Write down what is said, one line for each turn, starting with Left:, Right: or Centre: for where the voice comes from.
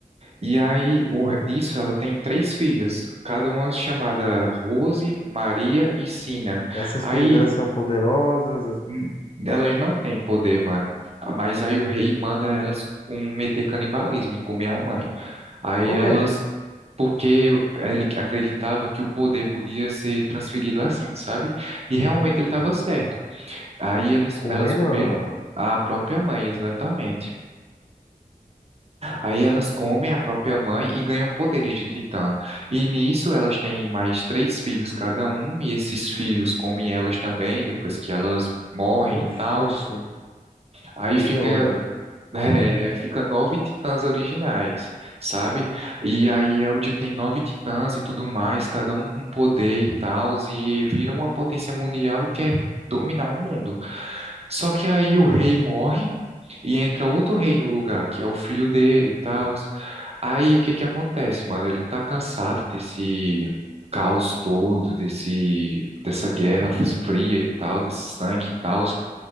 Right: E aí, o, re- nisso, ela tem três filhas, cada uma chamada Rose, Maria e Sina.
Left: Essas
Right: Aí
Left: filhas delas são poderosas. as-
Right: hum, elas não têm poder, mano. Ah, Mas aí o rei manda elas cometer canibalismo e comer a mãe. Aí
Left: O
Right: elas
Left: quê?
Right: porque ele acreditava que o poder podia ser transferido assim, sabe? E realmente ele estava certo. Aí eles,
Left: Comendo?
Right: elas comeram
Left: a-
Right: a própria mãe, exatamente. Aí elas comem a própria mãe e ganham poderes de titã. E nisso elas têm mais três filhos cada um, e esses filhos comem elas também, depois que elas morrem
Left: Oxente,
Right: e tal. Aí
Left: que
Right: fica
Left: onda.
Right: É, aí fica nove titãs originais, sabe? E aí Eldia tem nove titãs e tudo mais, cada um com poder e tal, e vira uma potência mundial e quer dominar o mundo. Só que aí o rei morre e entra outro rei no lugar, que é o filho dele e tal. Aí o que que acontece, mano? Ele tá cansado desse caos todo, desse dessa guerra fria e tal, desse sangue e tal.